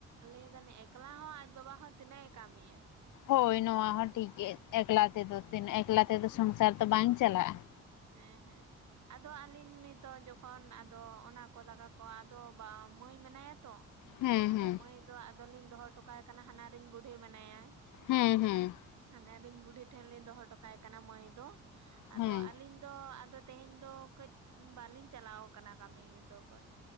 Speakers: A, on the right; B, on the left.
A: ᱞᱟᱹᱭᱮᱫᱟᱱᱤ ᱮᱠᱞᱟ ᱦᱚᱸ ᱟᱡ ᱵᱟᱵᱟ ᱦᱚᱸ ᱛᱤᱱᱟᱹᱜ ᱮ ᱠᱟᱹᱢᱤᱭᱟ ᱾
B: ᱦᱳᱭ ᱱᱚᱣᱟ ᱦᱚᱸ ᱴᱷᱤᱠ ᱜᱮᱭᱟ ᱮᱠᱞᱟ
A: ᱦᱮᱸ
B: ᱛᱮᱫᱚ ᱛᱤᱱᱟᱹᱜ ᱮᱠᱞᱟ ᱛᱮᱫᱚ ᱥᱚᱝᱥᱟᱨ ᱫᱚ ᱵᱟᱝ ᱪᱟᱞᱟᱜ-ᱟ ᱾
A: ᱦᱮᱸ ᱦᱮᱸ ᱾ ᱟᱫᱚ ᱟᱹᱞᱤᱧ ᱱᱤᱛᱚᱜ ᱡᱚᱠᱷᱚᱱ ᱟᱫᱚ ᱚᱱᱟ ᱠᱚ ᱫᱟᱠᱟ ᱠᱚ ᱟᱫᱚ ᱵᱟ ᱢᱟᱹᱭ ᱢᱮᱱᱟᱭᱟ ᱛᱚ
B: ᱦᱮᱸ
A: ᱟᱫᱚ
B: ᱦᱮᱸ
A: ᱢᱟᱹᱭ ᱫᱚ ᱟᱫᱚᱞᱤᱧ ᱫᱚᱦᱚ ᱦᱚᱴᱚᱠᱟᱭ ᱠᱟᱱᱟ ᱦᱟᱱᱟᱨᱤᱧ ᱵᱩᱰᱦᱤ ᱢᱮᱱᱟᱭᱟ ᱾
B: ᱦᱮᱸ ᱦᱮᱸ ᱾
A: ᱦᱟᱱᱟᱨᱤᱧ ᱵᱩᱰᱷᱤ ᱴᱷᱮᱱ ᱞᱤᱧ ᱫᱚᱦᱚ ᱦᱚᱴᱚᱠᱟᱭ ᱠᱟᱱᱟ ᱢᱟᱹᱭ ᱫᱚ ᱾ ᱟᱫᱚ
B: ᱦᱮᱸ
A: ᱟᱹᱞᱤᱧ ᱫᱚ ᱟᱫᱚ ᱛᱮᱦᱮᱧ ᱫᱚ ᱠᱟᱹᱡ ᱵᱟᱞᱤᱧ ᱪᱟᱞᱟᱣ ᱟᱠᱟᱱᱟ ᱠᱟᱹᱢᱤ ᱫᱚ ᱠᱟᱹᱡ